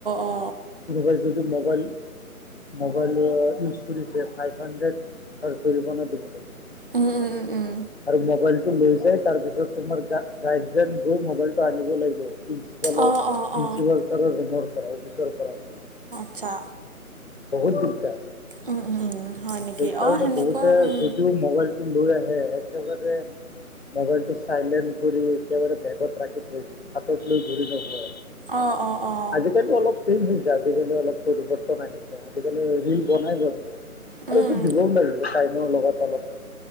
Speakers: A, on the right; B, on the left.
A: অ অ।
B: কোনোবাই যদি মোবাইল <unintelligible> ইউচ কৰিছে ফাইভ হাড্ৰেদ তাৰ জৰিমনা দিব লাগিব।
A: উম উম উম উম
B: আৰু মোবাইলটো লৈ যাই তাৰপিছত তোমাৰ গা-গাৰ্ডজেন গৈ মোবাইল টো আনিব লাগিব। প্ৰিঞ্চিপালৰ,
A: অ অ
B: প্ৰিঞ্চিপাল
A: অ
B: ছাৰৰ ৰুমৰ পৰা অফিচৰ পৰা গ
A: আচ্চা।
B: বহুত দিগদাৰ।
A: উম উম উম। হয় নেকি
B: সেইকাৰণে
A: অ সেনেকুৱা
B: বহুতে
A: উম
B: যদিও মোবাইলটো লৈ আহে একেবাৰে মোবাইলটো চাইলেণ্ট কৰি একেবাৰে বেগত ৰাখি থৈ দিয়ে, হাতত লৈ ঘূৰি নুফুৰে।
A: অ অ অ
B: আজিকালি অলপ আজিকালি অলপ পৰিৱৰ্তন আহিছে। আজিকালি ৰিল বনাই বাৰু।
A: উম
B: আৰু এইটো দিবও লাগিব টাইমৰ লগত অলপ